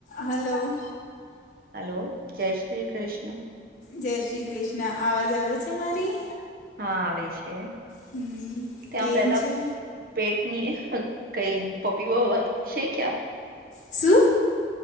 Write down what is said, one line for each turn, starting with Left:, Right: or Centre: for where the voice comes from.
Left: Hello.
Right: Hello. જય શ્રી કૃષ્ણ.
Left: જય શ્રી કૃષ્ણ. અવાજ આવે છે મારી?
Right: હા, આવે છે.
Left: હમ
Right: ત્યાં
Left: કેમ
Right: પેલા.
Left: છે
Right: પેટની કઈ પપીઓ છે ત્યાં?
Left: શું?